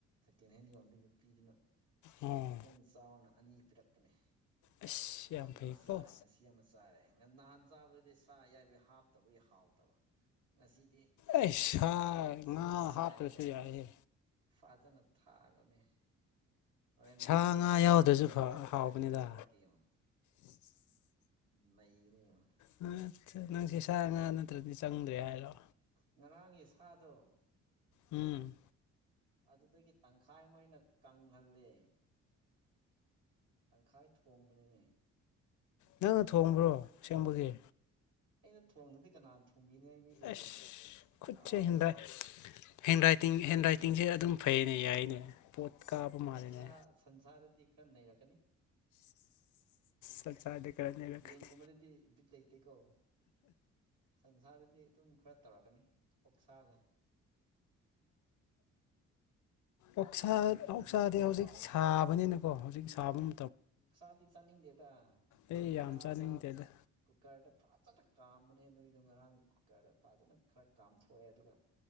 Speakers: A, on the right; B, on the left.
A: ꯁꯦꯀꯦꯟ ꯍꯦꯟ ꯌꯣꯟꯕꯤ ꯅꯨꯄꯤꯗꯨꯅ
B: ꯑꯣ
A: ꯅꯪ ꯆꯥꯎꯅ ꯑꯅꯤ ꯄꯤꯔꯛꯄꯅꯦ
B: ꯑꯁ
A: ꯅꯍꯥꯟ
B: ꯌꯥꯝ
A: ꯑꯃ
B: ꯐꯩꯀꯣ
A: ꯆꯥꯔꯦ ꯉꯁꯤ ꯁꯤ ꯑꯃ ꯆꯥꯔꯦ ꯅꯍꯥꯟ ꯆꯥꯕꯗꯗꯤ ꯁꯥ ꯑꯌꯥꯏꯕꯩ ꯍꯥꯞꯇꯕꯒꯤ ꯍꯥꯎꯇꯕ ꯉꯁꯤꯗꯤ
B: ꯑꯩ ꯁꯥ ꯉꯥ
A: ꯁꯥ
B: ꯍꯥꯞꯇ꯭ꯔꯁꯨ
A: ꯌꯥꯏꯕꯗꯣ
B: ꯌꯥꯏꯍꯦ
A: ꯐꯖꯅꯥ ꯊꯥꯛꯑꯒꯅꯦ ꯍꯣꯔꯦꯟ
B: ꯁꯥ
A: ꯚꯤꯗꯤꯑꯣ
B: ꯉꯥ
A: ꯅꯠꯇ꯭ꯔꯒ
B: ꯌꯥꯎꯗ꯭ꯔꯁꯨ
A: ꯍꯣꯔꯦꯟ ꯍꯣꯔꯦꯟ
B: ꯍꯥꯎꯕꯅꯤꯗ
A: ꯐꯣꯇꯣ ꯊꯥꯔꯛꯀꯦ ꯌꯦꯡꯑꫭ ꯅꯩꯒꯅꯤ ꯌꯦꯡꯑꫭ
B: ꯅꯪꯁꯦ ꯅꯪꯁꯦ ꯁꯥ ꯉꯥ ꯅꯠꯇ꯭ꯔꯗꯤ ꯆꯪꯗ꯭ꯔꯦ ꯍꯥꯏꯔꯣ
A: ꯉꯔꯥꯡꯒꯤ ꯁꯥꯗꯣ
B: ꯎꯝ꯫
A: ꯑꯗꯨꯗꯒꯤ ꯇꯪꯈꯥꯏꯃꯨꯛ ꯑꯩꯅ ꯀꯪꯍꯜꯂꯦ꯫ ꯇꯪꯈꯥꯏ ꯊꯣꯡꯕꯅꯤꯅꯦ
B: ꯅꯪꯅ ꯊꯣꯡꯕ꯭ꯔꯣ ꯑꯁꯦꯡꯕꯒꯤ
A: ꯑꯩꯅ ꯊꯣꯡꯗꯗꯤ ꯀꯅꯥ ꯊꯣꯡꯕꯤꯅꯤꯉꯥꯏ ꯃꯤ ꯂꯩꯒꯦꯅꯦ
B: ꯑꯁ ꯈꯨꯠꯁꯦ
A: ꯉꯥꯎꯔꯅꯦ
B: ꯍꯦꯟꯗ꯭ꯔꯦ ꯍꯦꯟ ꯔꯥꯏꯇꯤꯡ ꯍꯦꯟ ꯔꯥꯏꯇꯤꯡꯁꯦ ꯑꯗꯨꯝ ꯐꯩꯅꯦ ꯌꯥꯏꯅꯦ ꯄꯣꯠ ꯀꯥꯕ ꯃꯥꯜꯂꯦꯅꯦ
A: ꯁꯥ ꯁꯟꯁꯥꯗꯗꯤ ꯈꯔ ꯅꯩꯔꯛꯀꯅꯤ
B: ꯆꯥꯛꯆꯥꯗꯤ ꯈꯔ ꯅꯩꯔꯛꯀꯅꯤ
A: ꯌꯦꯟꯒꯨꯝꯕꯗꯗꯤ ꯕꯤꯠ ꯂꯩꯇꯦꯀꯣ ꯁꯟꯁꯥꯗꯗꯤ ꯑꯗꯨꯝ ꯈꯔ ꯇꯧꯔꯛꯀꯅꯤ ꯑꯣꯛꯁꯥꯒ
B: ꯑꫭꯛꯁꯥ
A: ꯑꯩꯅ ꯊꯣꯡꯕꯁꯤ
B: ꯑꫭꯛꯁꯥꯗꯤ
A: ꯑꯗꯨꯝ
B: ꯍꯧꯖꯤꯛ
A: ꯍꯥꯎꯕꯅꯦ
B: ꯁꯥꯕꯅꯤꯅꯀꯣ ꯍꯧꯖꯤꯛ ꯁꯥꯐꯝ
A: ꯑꯣꯛꯁꯥꯗꯤ ꯆꯥꯅꯤꯡꯗꯦꯗ
B: ꯑꯩ
A: ꯁꯟꯁꯥꯗꯤ
B: ꯌꯥꯝ ꯆꯥꯅꯤꯡꯗꯦꯗ
A: ꯀꯨꯀꯔꯗ ꯐꯖꯥꯟꯅ ꯀꯝꯕꯅꯦ ꯑꯗꯨꯏꯗꫭ ꯉꯔꯥꯡ ꯀꯨꯀꯔꯗ ꯐꯖꯅꯥ ꯈꯔ ꯀꯥꯝꯊꯣꯛꯑꯦ ꯑꯗꯨꯒ